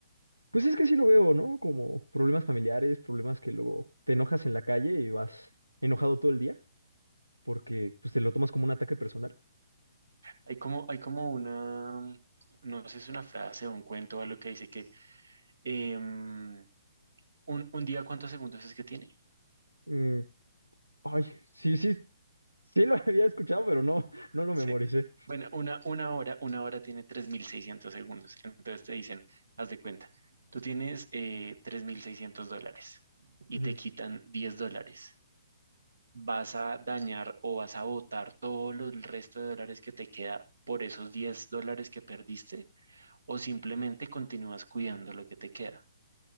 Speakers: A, on the right; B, on the right.
A: Pues es que sí lo veo, ¿no? Como problemas familiares, problemas que luego te enojas en la calle y vas enojado todo el día porque pues te lo tomas como un ataque personal.
B: Hay como, hay como una, no sé si es una frase o un cuento o algo que dice que em, un, un día, ¿cuántos segundos es que tiene?
A: Mm, ay, sí, sí, sí lo <laughs> había escuchado, pero no, no lo
B: Sí.
A: memoricé.
B: Bueno, una, una hora, una hora tiene 3.600 segundos. Entonces te dicen, haz de cuenta, tú tienes eh, 3.600 dólares y
A: Ujú.
B: te quitan 10 dólares. Vas a dañar o vas a botar todo lo- el resto de dólares que te queda por esos 10 dólares que perdiste o simplemente continúas cuidando lo que te queda.